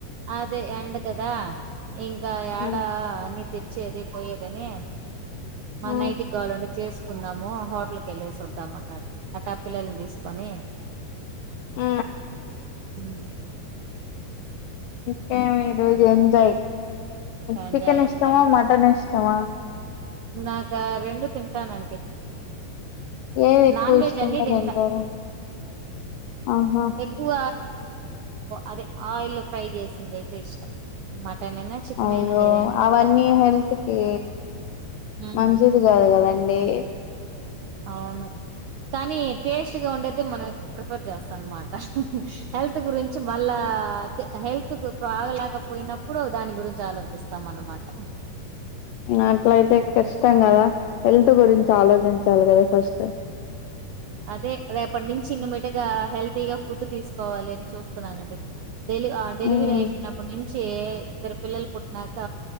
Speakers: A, on the right; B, on the left.
A: అదే అండ కదా ఇంకా ఎడా
B: ఉమ్
A: తెచ్చ ఏద పోయ్యేదనేే మా
B: ఉమ్
A: నైటికి గాలింే చేసుకుందాము హోటల్కి వెళ్ళేసి వద్దాం అన్నారు అట్టపిిల్లల్ని తీసుకొని
B: ఆ
A: హ <inaudible>
B: క రజ ఎంయి
A: ఎంజాయ్
B: చికన్ ఇష్టమో
A: ఎంజాయ్
B: మటన్ ఇష్టం తమ
A: నాకు రెండు తింటానండి
B: ఏది ఎక్కువ
A: నాన్ వెజ్
B: ఇష్టంగా
A: అన్నిదింత
B: తింటారు ఆహా
A: ఎక్కువ అదే ఆయిల్ ఫ్రై చేసింది అయితే ఇష్టం మటన్ అయినా చికెన్
B: అయ్యో
A: అయినా ఏదైనా
B: అవన్నీ హెల్త్ కి
A: ఉమ్
B: మంచిది కాదు కదండి అే
A: అవును కానీ టేస్ట్గా ఉండేది మనం ప్రిఫర్ చేస్తాం అన్నమాట హెల్త్ గురించి మళ్ళా ఆ హెల్త్ ఆగలేకపోయినప్పుడు దాని గురించి ఆలోచిస్తాం అన్నమాట
B: అట్లయితే కష్టం కదా హెల్త్ గురించి ఆలోచించాలి కదా ఫస్ట్
A: అదే రేపటి నుంచి ఇంక మటుగా హెల్తీగా ఫుడ్ తీసుకోవాలి అని చూస్తున్నానండి డెలి ఆ డెలివరీ
B: మ్మ్
A: అయిప్పుడుేను ఇద్దరు పిల్లలు పుట్టిక